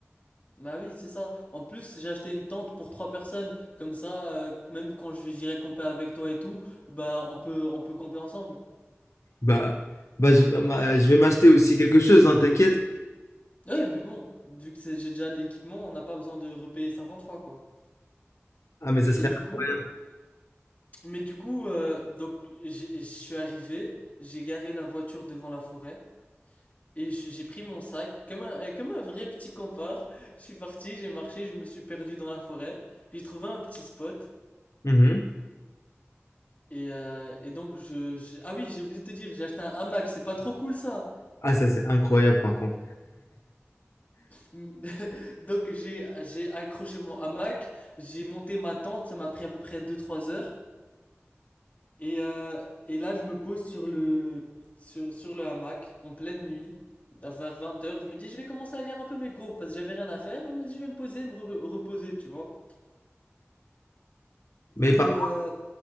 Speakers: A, on the left; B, on the left.
A: Bah oui, c'est ça. En plus, j'ai acheté une tente pour trois personnes. Comme ça, euh, même quand je j'irai camper avec toi et tout, bah, on peut, on peut camper ensemble.
B: bah, bah je, ma- je vais m'acheter aussi quelque chose, hein, t'inquiète.
A: Ouais, mais bon, vu que c'est- j'ai déjà l'équipement, on n'a pas besoin de repayer 50 fois, quoi.
B: Ah mais ça serait
A: Et du
B: incroyable.
A: coup, mais du coup, euh, donc j'ai- je suis arrivé, j'ai garé la voiture devant la forêt et je- j'ai pris mon sac comme un euh, comme un vrai petit compare. <laughs> Je suis parti, j'ai marché, je me suis perdu dans la forêt. J'ai trouvé un petit spot
B: Mhm.
A: et euh, et donc je, je- ah oui, j'ai oublié de te dire, j'ai acheté un hamac, c'est pas trop cool ça.
B: Ah ça c'est incroyable par contre.
A: <laughs> Donc j'ai j'ai accroché mon hamac, j'ai monté ma tente, ça m'a pris à peu près deux trois heures. Et, euh, et là, je me pose sur le, sur, sur le hamac en pleine nuit, vers 20 heures Je me dis, je vais commencer à lire un peu mes cours parce que j'avais rien à faire. Je me dis, je vais me poser, me re- reposer, tu vois.
B: Mais
A: Et
B: par,
A: euh,